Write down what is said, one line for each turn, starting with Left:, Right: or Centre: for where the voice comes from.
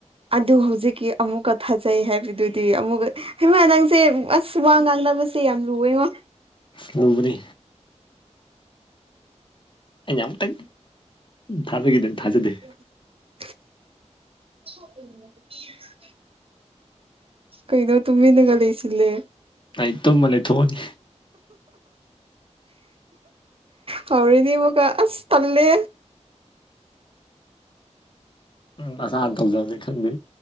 Right: ꯑꯗꯨ ꯍꯧꯖꯤꯛꯀꯤ ꯑꯃꯨꯛꯀꯥ ꯊꯥꯖꯩ ꯍꯥꯏꯕꯗꯨꯗꯤ ꯑꯃꯨꯛꯀꯥ ꯍꯩꯃꯥ ꯅꯪꯁꯦ ꯑꯁ ꯋꯥ ꯉꯥꯡꯅꯕꯁꯦ ꯌꯥꯝ ꯂꯨꯑꯦꯉꯣ
Left: ꯂꯨꯕꯅꯤ ꯑꯩꯅ ꯑꯃꯨꯛꯇꯪ ꯊꯥꯖꯒꯤꯗ ꯊꯥꯖꯗꯦ
Right: <inaudible> <inaudible> ꯀꯩꯅꯣ ꯇꯨꯃꯤꯅꯒ ꯂꯩꯁꯤꯜꯂꯦ
Left: ꯑꯩ ꯇꯨꯝꯃꯥ ꯂꯩꯊꯣꯛꯑꯅꯤ
Right: ꯍꯥꯎꯔꯤꯅꯤ ꯃꯨꯛꯀꯥ ꯑꯁ ꯇꯜꯂꯦ
Left: ꯎꯝ ꯅꯁꯥ ꯇꯧꯖꯝꯅꯤ ꯈꯪꯗꯦ